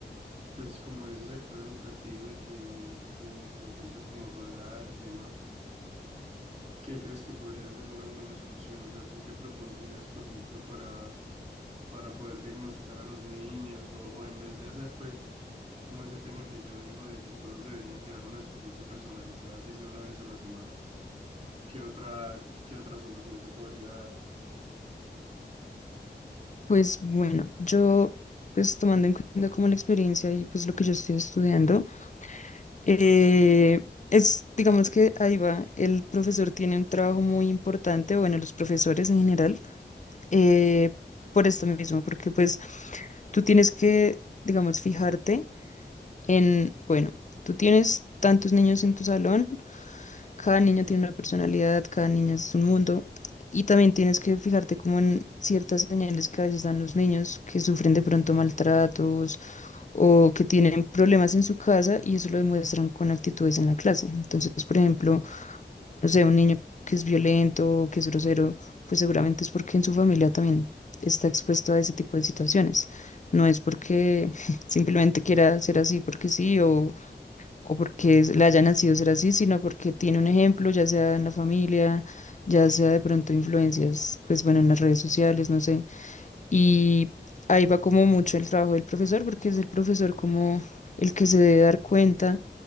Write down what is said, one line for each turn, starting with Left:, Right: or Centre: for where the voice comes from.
Right: pues, como de ese sector educativo y que, que te encuentras como rodeada del tema, ¿qué crees que podría ser una buena solución? O sea, ¿tú qué propondrías, por ejemplo, para, para poder diagnosticar a los niños o, o en vez de hacer, pues, como ese tema que yo digo de que todos deberían llevar una asistencia personalizada, así sea una vez a la semana, ¿qué otra, qué otra solución se podría dar?
Left: Pues bueno, yo, pues tomando en cuenta como la experiencia y pues lo que yo estoy estudiando. Eh, es, digamos que ahí va, el profesor tiene un trabajo muy importante, bueno, los profesores en general, eh, por esto mismo, porque pues tú tienes que, digamos, fijarte en, bueno, tú tienes tantos niños en tu salón, cada niño tiene una personalidad, cada niño es un mundo, y también tienes que fijarte como en ciertas señales que a veces dan los niños que sufren de pronto maltratos o que tienen problemas en su casa y eso lo demuestran con actitudes en la clase. Entonces, por ejemplo, no sé, un niño que es violento, que es grosero, pues seguramente es porque en su familia también está expuesto a ese tipo de situaciones. No es porque <laughs> simplemente quiera ser así porque sí o, o porque es- le haya nacido ser así, sino porque tiene un ejemplo, ya sea en la familia, ya sea de pronto influencias, pues bueno, en las redes sociales, no sé. Y ahí va como mucho el trabajo del profesor, porque es el profesor como el que se debe dar cuenta